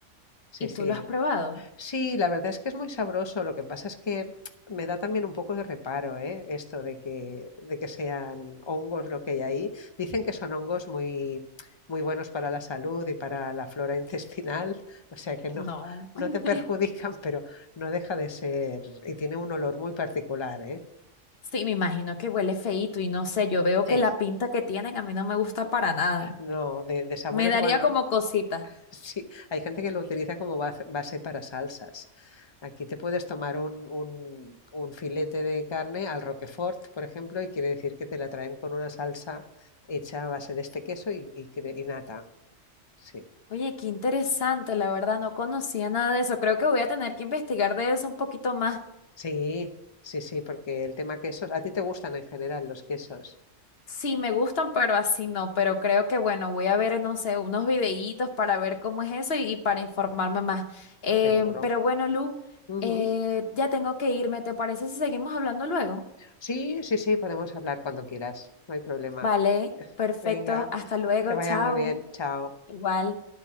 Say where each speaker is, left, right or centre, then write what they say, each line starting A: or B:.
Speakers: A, on the left; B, on the left.
A: sí,
B: ¿Y
A: sí,
B: tú lo has probado?
A: Sí, la verdad es que es muy sabroso. Lo que pasa es que me da también un poco de reparo, ¿eh? Esto de que, de que sean hongos lo que hay ahí. Dicen que son hongos muy, muy buenos para la salud y para la flora <laughs> intestinal, o sea que no,
B: No.
A: no
B: <laughs>
A: te perjudican, pero no deja de ser. Y tiene un olor muy particular, ¿eh?
B: Sí, me imagino que huele feíto y no sé, yo veo
A: Sí.
B: que la pinta que tienen a mí no me gusta para nada.
A: No, de, de sabores
B: Me daría
A: bueno.
B: como cosita.
A: Sí, hay gente que lo utiliza como baz- base para salsas. Aquí te puedes tomar un, un- un filete de carne al Roquefort, por ejemplo, y quiere decir que te la traen con una salsa hecha a base de este queso y, y cre- y nata. Sí,
B: Oye, qué interesante, la verdad, no conocía nada de eso. Creo que voy a tener que investigar de eso un poquito más.
A: sí, sí, sí, porque el tema quesos, a ti te gustan en general los quesos,
B: Sí, me gustan, pero así no. Pero creo que, bueno, voy a ver, no sé, unos videitos para ver cómo es eso y, y para informarme más. Eh,
A: seguro.
B: pero bueno, Lu,
A: Ujú.
B: eh, ya tengo que irme. ¿Te parece si seguimos hablando luego?
A: Sí, sí, sí, podemos hablar cuando quieras, no hay problema.
B: Vale, perfecto.
A: Venga,
B: Hasta luego,
A: que vaya
B: chao.
A: muy bien, chao.
B: Igual.